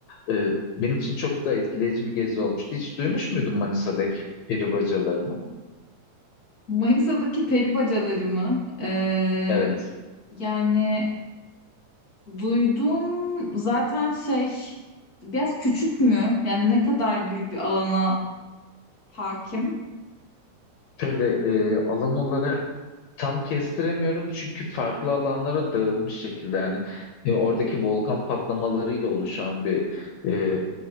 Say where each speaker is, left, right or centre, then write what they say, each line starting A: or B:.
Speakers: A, on the left; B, on the left.
A: ee, benim için çok da etkileyici bir gezi olmuştu. Hiç duymuş muydun Manisa'daki peri bacalarını?
B: Manisa'daki peri bacaları mı? Ee,
A: Evet.
B: yani Duydum zaten şey biraz küçük mü? Yani ne kadar büyük bir alana hakim?
A: Şöyle e, alan olarak tam kestiremiyorum çünkü farklı alanlara dağılmış şekilde yani e, oradaki volkan patlamalarıyla oluşan bir e,